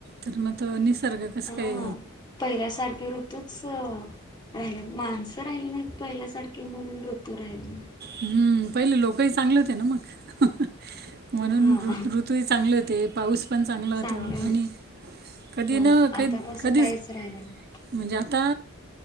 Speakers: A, on the right (about 45°); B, on the left (about 20°).
A: तर मग तो निसर्ग कस
B: हा
A: काय
B: पहिल्यासारखे ऋतूच राहिले, माणस राहिली नाहीत पहिल्यासारखे म्हणून ऋतू <unintelligible>
A: हम्म पहिले लोकही चांगले होते ना मग म्हणून
B: हा
A: ऋतू तूही चांगले होते पाऊस पण चांगल होत
B: चांगले
A: आणि कधीन
B: हो आता तसं
A: कधीच
B: काहीच राहिलं नाही.
A: म्हणजे आता